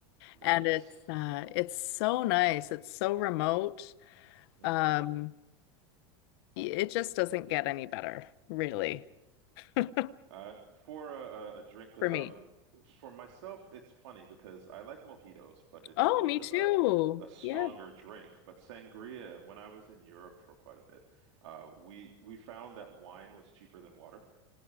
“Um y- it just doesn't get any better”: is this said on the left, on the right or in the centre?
Left